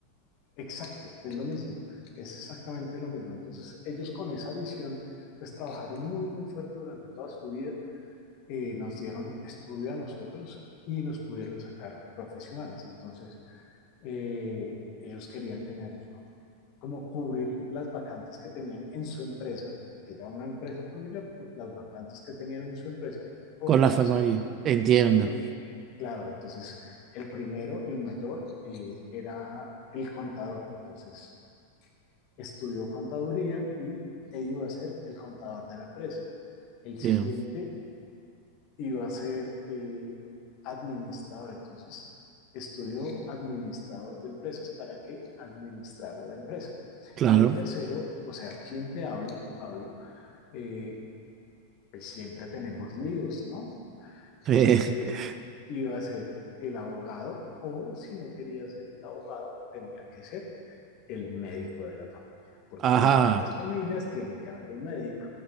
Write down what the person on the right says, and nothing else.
Con la
familia.
Entiendo.
Bien.
Claro.
<laughs>
Ajá,